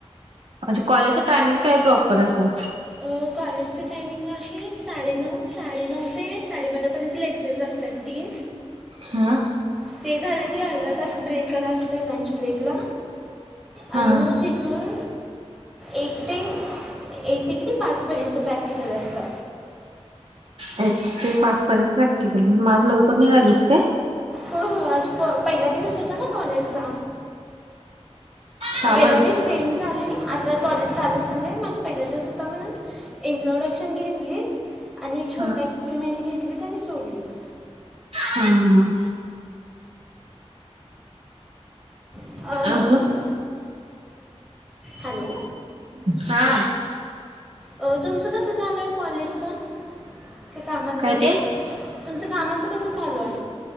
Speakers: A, on the right; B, in the centre.
A: अच्छा कॉलेजचं टायमिंग काय आहे प्रॉपर असं
B: अ, कॉलेजचं टायमिंग आहे साडेनऊ साडेनऊ ते साडेबारापर्यंत लेक्चर्स असतात तीन
A: हा
B: ते झालं की अर्धा तास ब्रेकला असतो लंच ब्रेकला
A: हा
B: आणि मग तिथून एक ते एक ते किती पाचपर्यंत प्रॅक्टिकल असतं,
A: एक ते पाच पर्यंत प्रॅक्टिकल मग आज लवकर निघालीस काय
B: हो हो आज प पहिला दिवस होता ना कॉलेजचा
A: हा
B: गेल्यावेळी
A: म्हण
B: सेम झाले आ तर कॉलेज चालू झालं आहे माझं पहिल्या दिवस होता म्हणून इंट्रोडक्शन घेतलीत‍ आणि एक छोटा
A: हा
B: एक्सपेरिमेंट घेतलीत आणि सोडलीत
A: हा हा..
B: अं
A: अजून
B: हॅलो
A: हा
B: तुमचं कसं चालू आहे कॉलेजचं ते कामाचं
A: काय ते
B: तुमचं कामाचं कसं चालू आहे,